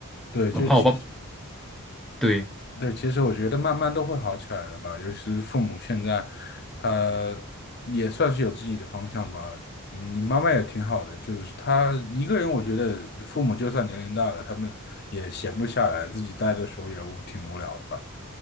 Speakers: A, on the left; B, in the centre.
A: 对，
B: 哦，
A: 就其实
B: 我爸，对
A: 对，其实我觉得慢慢都会好起来的吧。尤其是父母现在，他也算是有自己的方向吧。嗯，你妈妈也挺好的，就是她一个人，我觉得父母就算年龄大了，他们也闲不下来，自己待的时候也无挺无聊的吧。